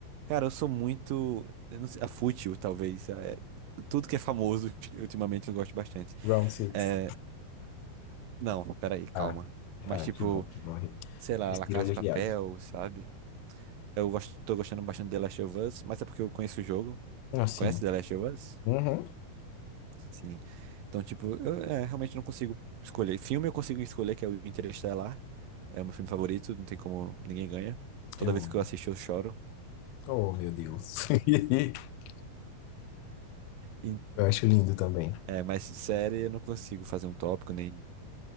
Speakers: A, on the right (about 70°); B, on the left (about 85°).
A: Cara, eu sou muito. Eu não sei, a fútil, talvez. é, tudo que é famoso, <laughs> ultimamente, eu gosto bastante.
B: Round six.
A: É, não, peraí, calma.
B: Ah,
A: Mas,
B: ah,
A: tipo,
B: que bom, que bom.
A: sei lá,
B: Respiro
A: La Casa
B: aliviado.
A: de Papel, sabe? Eu gosto, tô gostando bastante de The Last of Us, mas é porque eu conheço o jogo.
B: Assim,
A: Conhece The Last of Us?
B: uhum,
A: Sim. Então, tipo, eu é, realmente não consigo escolher. Filme eu consigo escolher, que é o Interestelar. É o meu filme favorito, não tem como ninguém ganha. Toda
B: eu
A: vez
B: amo.
A: que eu assisto, eu choro.
B: Oh, meu Deus. <laughs>
A: E-
B: Eu acho lindo também.
A: É, mas série eu não consigo fazer um tópico, nem,